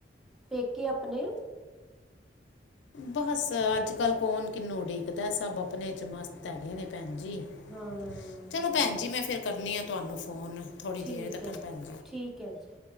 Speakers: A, in the centre; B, on the left.
A: ਪੇਕੇ ਆਪਣੇ
B: ਬਸ ਅੱਜ-ਕੱਲ ਕੌਣ ਕਿਨੂੰ ਉਡੀਕਦਾ ਸਭ ਆਪਣੇ ਚ ਮਸਤ ਹੈਗੇ ਨੇਂ ਭੈਣ ਜੀ,
A: ਹਾਂ
B: ਚਲੋ
A: ਹਾਂਜੀ
B: ਭੈਣ ਜੀ ਮੈਂ ਫਿਰ ਕਰਨੀ ਆਂ। ਤੁਹਾਨੂੰ ਫ਼ੋਨ ਥੋੜ੍ਹੀ
A: ਠੀਕ
B: ਦੇਰ ਤੱਕ
A: ਐ, ਜੀ
B: ਭੈਣ
A: ਠੀਕ ਐ ਜੀ।